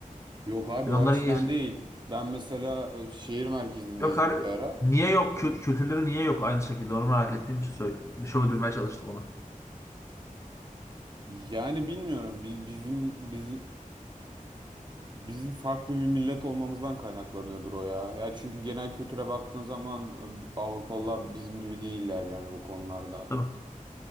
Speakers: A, on the right; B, on the left.
A: Yok abi
B: Bir
A: o
B: de onların
A: açıdan
B: iyi...
A: değil. Ben mesela e, şehir merkezindeydim
B: Yok har-
A: bir ara.
B: niye yok? Kü- Kültürleri niye yok aynı şekilde? Onu merak ettiğim için söylüyorum. Bir şey uydurmaya çalıştım ona.
A: Yani bilmiyorum bi- bizim bizim bizim farklı bir millet olmamızdan kaynaklanıyordur o ya. Ya çünkü genel kültüre baktığın zaman e, Avrupalılar bizim gibi değiller yani bu konularda.
B: Tabii.